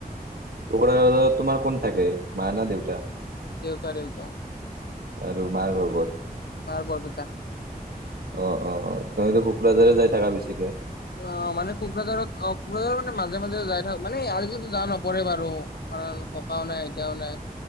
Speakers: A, on the right; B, on the left.
A: কোকোৰাঝাৰত তোমাৰ কোন থাকে মা না দেউতা
B: দেউতা দেউতা
A: আৰু মাৰ ঘৰ কত
B: মাৰ বৰপেটা
A: অ অ অ তহতো কোকৰাঝাৰে যাই থাকা বেছিকে
B: অ মানে কোকৰাঝাৰত অ কোকৰাঝাৰত মানে মাজে মাজে যাই থাক মানে আজিকালিতো যাও নপৰে বাৰু কাৰণ ককাও নাই আইতাও নাই